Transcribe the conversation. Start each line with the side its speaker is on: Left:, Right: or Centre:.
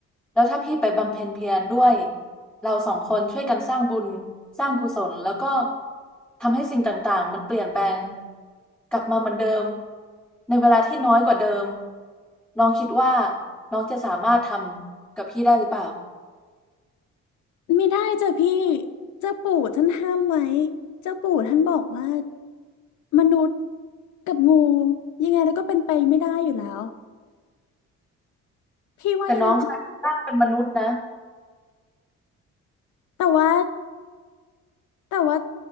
Centre: แล้วถ้าพี่ไปบำเพ็ญเพียรด้วยเราสองคนช่วยกันสร้างบุญสร้างกุศลแล้วก็ทำให้สิ่งต่างๆมันเปลี่ยนแปลงกลับมาเหมือนเดิมในเวลาที่น้อยกว่าเดิมน้องคิดว่าน้องจะสามารถทำกับพี่ได้หรือเปล่า
Left: ไม่ได้จ้ะพี่เจ้าปู่ท่านห้ามไว้เจ้าปู่ท่านบอกว่ามนุษย์กับงูยังไงแล้วก็เป็นไปไม่ได้อยู่แล้วพี่ว่ายังไง
Centre: แต่น้องเคยสร้างเป็นมนุษย์นะ
Left: แต่ว่า แต่ว่า